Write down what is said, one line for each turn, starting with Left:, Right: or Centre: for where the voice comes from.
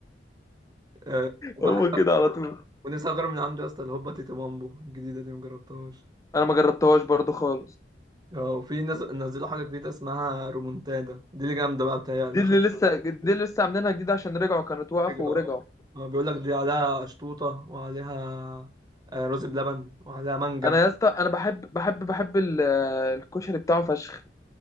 Right: آه، وبحب
Left: هو كده على طول
Right: ونفسي اجرب من عنده يا اسطى الهوبا تيتو مامبو الجديدة دي مجربتهاش
Left: انا ما جربتهاش برضو خالص
Right: اه وفي ناس نزلوا حاجة جديدة اسمها رومونتادا دي اللي جامدة بقى بتهيألي
Left: دي اللي
Right: شكلها
Left: لسه دي اللي لسه عاملينها جديد عشان رجعوا كانت وقفوا
Right: اه
Left: ورجعوا
Right: اه، بيقولك دي عليها شطوطة وعليها آه، رز بلبن وعليها مانجا
Left: انا يا اسطى انا بحب بحب بحب ال- الكشري بتاعه فشخ